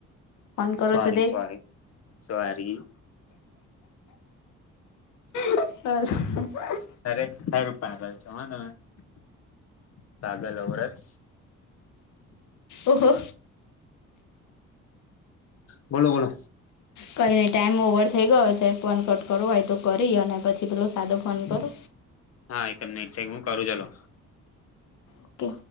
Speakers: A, on the left; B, on the left.
A: ફોન કરો
B: સોરી
A: છો તે
B: સોરી સોરી
A: <inaudible>
B: <unintelligible> પાગલ ઔરત
A: ઓહો
B: બોલો બોલો
A: કઈ નઈ ટાઈમ ઓવર થઈ ગયો છે ફોન કટ કરવો હોય તો કરી અને પછી પેલો સાદો ફોન
B: <unintelligible>
A: કરો
B: હું કરું ચાલો
A: ઓકે